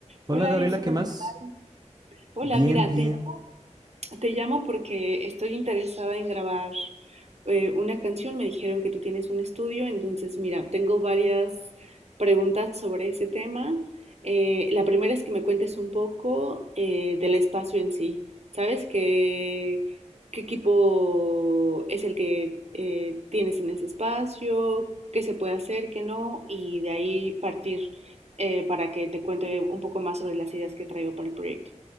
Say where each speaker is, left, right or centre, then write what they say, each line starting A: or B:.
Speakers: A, on the right (about 35°); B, on the right (about 60°).
A: Hola
B: Hola
A: Gabriela,
B: Edison,
A: ¿qué más?
B: ¿qué tal? Hola,
A: Bien,
B: mira,
A: bien.
B: te, llamo te llamo porque estoy interesada en grabar eh, una canción. Me dijeron que tú tienes un estudio, entonces mira, tengo varias preguntas sobre ese tema. Eh, la primera es que me cuentes un poco eh, del espacio en sí. ¿Sabes qué, qué equipo es el que eh, tienes en ese espacio? ¿Qué se puede hacer, qué no? Y de ahí partir eh, para que te cuente un poco más sobre las ideas que traigo para el proyecto.